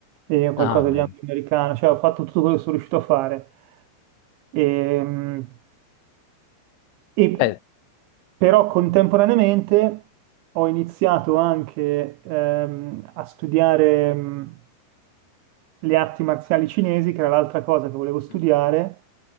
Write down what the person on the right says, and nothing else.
e qualcosa
di Ah, anche americano, cioè ho fatto tutto quello che sono riuscito a fare. Ehm, E,
però contemporaneamente ho iniziato anche ehm, a studiare. mm, le arti marziali cinesi, che era l'altra cosa che volevo studiare,